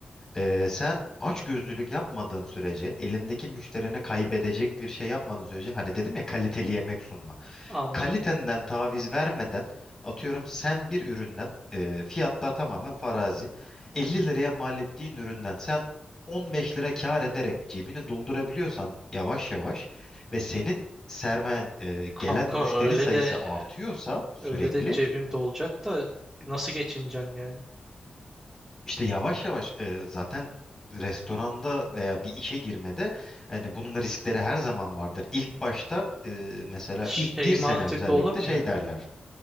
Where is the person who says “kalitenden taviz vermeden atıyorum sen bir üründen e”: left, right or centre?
Left